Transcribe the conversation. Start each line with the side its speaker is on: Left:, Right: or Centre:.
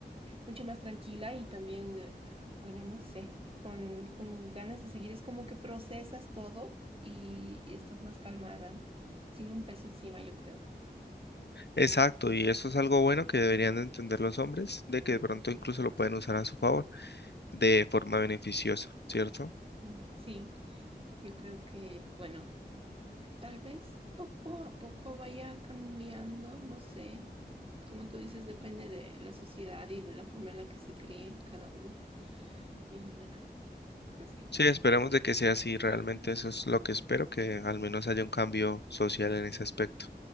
Right: mucho más tranquila y también, eh, bueno, no sé, con, con ganas de seguir. Es como que procesas todo y, y estás más calmada, sin un peso encima, yo creo.
Left: Exacto, y eso es algo bueno que deberían de entender los hombres, de que de pronto incluso lo pueden usar a su favor de forma beneficiosa, ¿cierto?
Right: Mm, Sí, yo creo que, bueno, eh, tal vez poco a poco vaya cambiando, no sé. Como tú dices, depende de la sociedad y de la forma en la que se críe cada uno. Y bueno, no sé.
Left: Sí, esperemos de que sea así, realmente
Right: Mm.
Left: eso es lo que espero, que al menos haya un cambio social en ese aspecto.